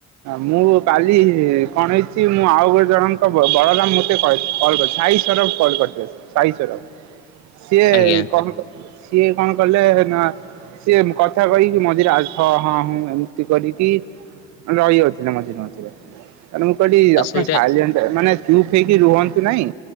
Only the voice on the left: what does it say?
ଆଜ୍ଞା
ତ
ସେଇଟା